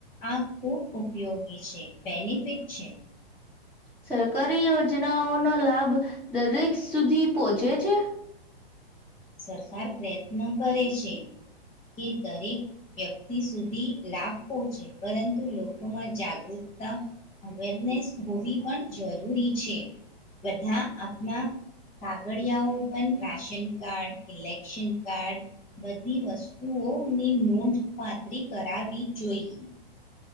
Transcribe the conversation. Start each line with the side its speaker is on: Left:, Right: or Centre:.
Left: આ ખૂબ ઉપયોગી છે બેનિફિટ છે.
Centre: સરકારી યોજનાઓનો લાભ દરેક સુધી પોહોંચે છે ને.
Left: સરકાર પ્રયત્ન કરે છે કે દરેક વ્યક્તિ સુધી લાભ પહોંચે પરંતુ લોકોમાં જાગૃતતા અવેરનેસ હોવી પણ જરૂરી છે બધા આપણા કાગળિયાઓ પણ રાશન કાર્ડ ઇલેક્શન કાર્ડ બધી વસ્તુઓની નોંધપાત્રી કરાવી જોઈએ.